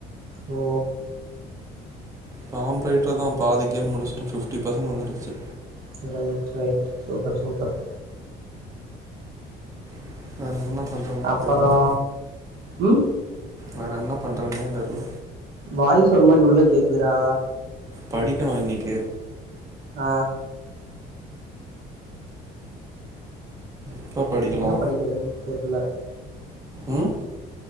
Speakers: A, on the right; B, on the right.
A: ஓ
B: டாம் ஃபைட்ருதா பாதி கேம் முடிஷ்ட்ட ஃபிஃப்டி பெசன்ட் வந்துருச்சி
A: சே ரைட் ரைட் சூப்பர் சூப்பர்
B: <unintelligible>
A: அப்பறோ
B: தெர்ல
A: ம்
B: வேற என்ன பண்ணறதுன்னே தெர்ல
A: வாய்ஸ் ஒரு மாரி உள்ள கேக்குதுரா
B: படிக்கணு இன்னைக்கி
A: ஆ
B: எப்ப படிக்கலா
A: என்ன படிக்கிறதுன் தெர்ல
B: ம்